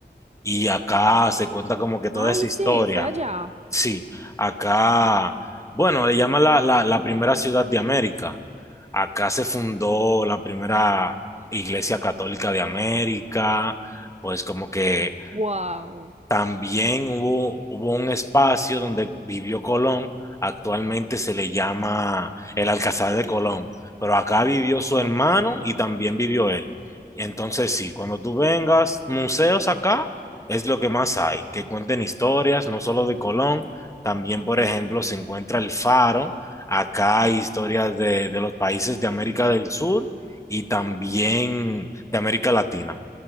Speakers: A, on the left; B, on the right.
A: y acá se cuenta como que toda
B: Ay,
A: esa historia.
B: sí, fue allá.
A: Sí, acá, bueno, le llaman la, la, la primera ciudad de América. Acá se fundó la primera iglesia católica de América, pues como que
B: Wow.
A: también hubo, hubo un espacio donde vivió Colón, actualmente se le llama el Alcázar de Colón, pero acá vivió su hermano y también vivió él. Entonces sí, cuando tú vengas, museos acá es lo que más hay, que cuenten historias, no solo de Colón, también por ejemplo se encuentra el Faro, acá hay historias de, de los países de América del Sur y también de América Latina.